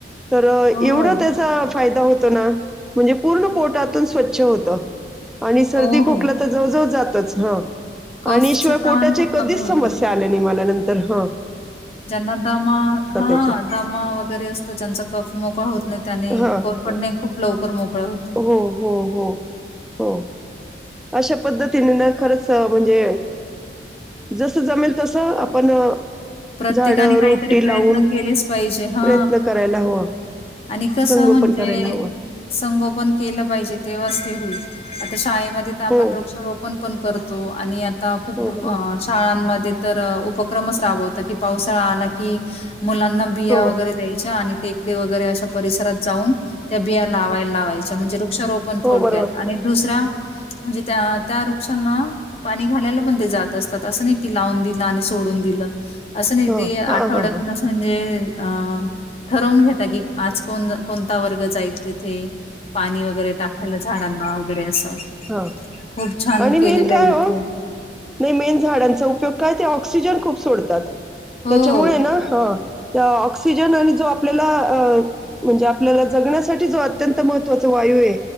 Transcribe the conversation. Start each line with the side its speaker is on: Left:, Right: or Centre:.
Centre: तर
Left: हो.
Centre: एवढं त्याचा फायदा होतो. ना म्हणजे पूर्ण पोटातून स्वच्छ होत आणि सर्दी
Left: हो, हो.
Centre: खोकला तर जवळजवळ जातच हा
Left: कफचं
Centre: आणि शिवाय पोटाच्या
Left: प्रमाण खूप
Centre: कधीच
Left: कमी होतं.
Centre: समस्या आल्या नाही. मला नंतर हा
Left: ज्यांना दमा हा
Centre: त्याचे.
Left: दमा वगैरे असतो ज्यांचा कफ मोगळा होतो. न त्याने
Centre: हां
Left: कोरपडणे
Centre: हां.
Left: खूप लवकर मोकळा होत.
Centre: हो हो हो हो अशा पद्धतीने ना खरंच म्हणजे जस जमेल तसं आपण
Left: प्रत्येकाने
Centre: झाडं, रोपटी
Left: काहीतरी प्रयत्न
Centre: लावून
Left: केलेच पाहिजे हा
Centre: प्रयत्न करायला हवा.
Left: आणि कस
Centre: संगोपन
Left: म्हणजे
Centre: करायला हवं.
Left: संगोपन केलं पाहिजे तेव्हाच ते होईल आता शाळेमध्ये तर आपण
Centre: हो,
Left: वृक्षारोपण पण करतो आणि आता खूप
Centre: हो
Left: खूप
Centre: बरोबर.
Left: शाळांमध्ये तर उपक्रमच राबवत कि पावसाळा आला की मुलांना बिया
Centre: हो,
Left: वगैरे द्यायच्या आणि टेकडी वगैरे अशा परिसरात जाऊन त्या बिया लावाय लावायच्या म्हणजे वृक्षारोपण
Centre: हो
Left: थोडक्यात
Centre: बरोबर.
Left: आणि दुसऱ्या म्हणजे त्या त्या वृक्षांना पाणी घालायला पण ते जात असतात असं नाही की लावून दि आणि सोडून दिलं असं नाही
Centre: हां,
Left: ते आठवड्यातून
Centre: हां, हां, हां.
Left: असं म्हणजे अ ठरवून घेता की आज कोण कोणता वर्ग जाईल तिथे पाणी वगैरे टाकायला झाडांना वगैरे असं
Centre: हा
Left: खूप छान
Centre: आणि मेन
Left: केलेलं
Centre: काय
Left: आहे
Centre: हो
Left: इथे
Centre: नाही मेन झाडांचा उपयोग काय ते ऑक्सिजन खूप सोडतात
Left: हो
Centre: त्याच्यामुळे हायना त्या ऑक्सिजन आणि जो आपल्याला अ म्हणजे आपल्याला जगण्यासाठी जो अत्यंत महत्त्वाच वाय यु ये